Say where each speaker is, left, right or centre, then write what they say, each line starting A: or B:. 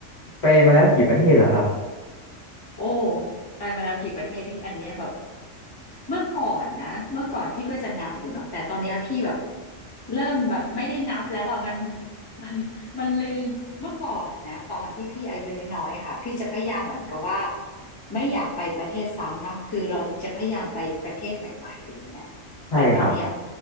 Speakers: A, on the left; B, on the left.
A: ไปมาแล้วกี่ประเทศเหรอครับ
B: โอ้ไปมาแล้วกี่ประเทศนี่อันเนี้ยแบบเมื่อก่อนนะเมื่อก่อนพี่ก็จะนับอยู่เนาะแต่ตอนเนี้ยพี่แบบเริ่มแบบไม่ได้นับแล้วอ่ะมัน <laughs> มันมันลืมเมื่อก่อนนะตอนที่พี่อายุน้อยๆค่ะพี่จะพยายามเหมือนกับว่าไม่อยากไปประเทศซ้ำเนาะคือเราจะพยายามไปประเทศใหม่ๆอะไรเงี้ยแต่ตอนเนี้ย
A: ใช่ครับ